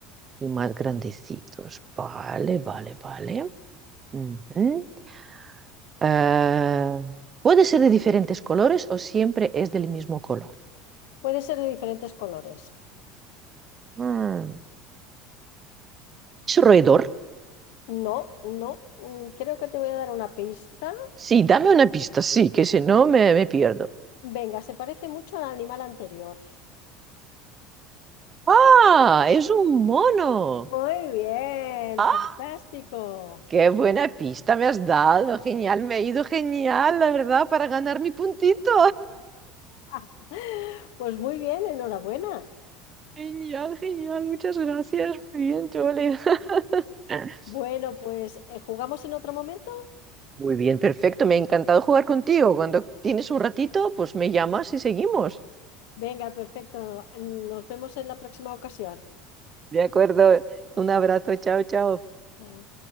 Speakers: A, on the right; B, on the left.
A: Y más grandecitos. Vale, vale, vale. Ujú. Ah, puede ser de diferentes colores o siempre es del mismo color.
B: Puede ser de diferentes colores.
A: Mm. ¿Es un roedor?
B: No, no. mm, Creo que te voy a dar una pista.
A: Sí, dame una pista, sí, que si no me, me pierdo.
B: Venga, se parece mucho al animal anterior.
A: ¡Ah! Es un mono.
B: Muy bien,
A: ¡Ah!
B: fantástico.
A: Qué buena pista me has dado, genial, me ha ido genial, la verdad, para ganar mi puntito.
B: <laughs> Pues muy bien, enhorabuena.
A: Genial, genial, muchas gracias. Muy bien, Chole. <laughs>
B: Bueno, pues eh, ¿jugamos en otro momento?
A: Muy bien, perfecto. Me ha encantado jugar contigo. Cuando tienes un ratito, pues me llamas y seguimos.
B: Venga, perfecto. Nos vemos en la próxima ocasión.
A: De acuerdo. Un abrazo. Chao, chao.
B: Chao.